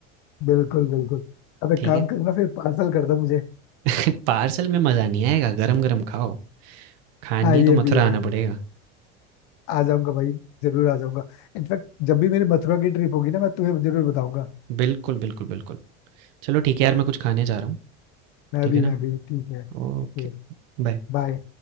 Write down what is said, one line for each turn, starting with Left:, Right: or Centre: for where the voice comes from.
Left: बिल्कुल बिल्कुल अब एक
Right: ठीक
Left: काम
Right: है?
Left: करो ना फिर पार्सल कर दो मुझे
Right: <laughs> पार्सल में मज़ा नहीं आएगा, गरम-गरम खाओ। खानी
Left: हाँ ये
Right: है तो मथुरा
Left: भी है
Right: आना पड़ेगा।
Left: आ जाऊंगा भाई जरूर आ जाऊंगा इनफैक्ट जब भी मेरी मथुरा की ट्रिप होगी ना मैं तुम्हें जरूर बताऊंगा
Right: बिल्कुल, बिल्कुल, बिल्कुल। चलो ठीक है यार, मैं कुछ खाने जा रहा हूँ,
Left: मैं
Right: ठीक
Left: भी
Right: है
Left: मैं
Right: ना?
Left: भी ठीक है
Right: Okay,
Left: ओके
Right: bye.
Left: बाय